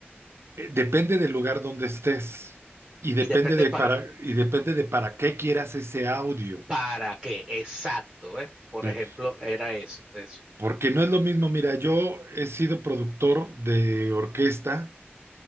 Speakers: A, on the right; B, on the right.
A: Eh, Depende del lugar donde estés y depende
B: Y depende
A: de
B: para
A: para, y depende de para qué quieras ese audio.
B: ¿Para qué? Exacto, ¿ves? Por
A: ¿sí?
B: ejemplo, era eso, eso.
A: Porque no es lo mismo, mira, yo he sido productor de orquesta